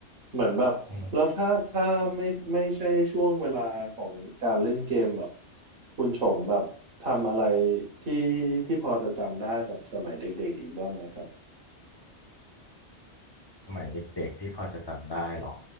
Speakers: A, on the right; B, on the left.
A: เหมือนแบบแล้วถ้าถ้าไม่ไม่ใช่ช่วงเวลาของการเล่นเกมแบบ
B: อืม
A: คุณชงแบบทำอะไรที่ที่พอจะจำได้แบบสมัยเด็กๆอีกบ้างไหมครับ
B: สมัยเด็กๆที่พอจะจำได้หรอ